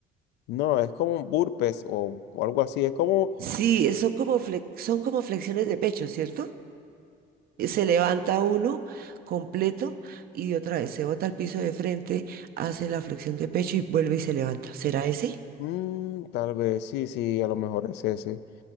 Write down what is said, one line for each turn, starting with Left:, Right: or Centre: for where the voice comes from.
Left: No, es como un burpees o, o algo así, es como...
Right: sí, son como flex- son como flexiones de pecho, ¿cierto? eh, Se levanta uno completo y otra vez se bota al piso de frente, hace la flexión de pecho y vuelve y se levanta. ¿Será ese?
Left: Mm, tal vez, sí, sí, a lo mejor es ese,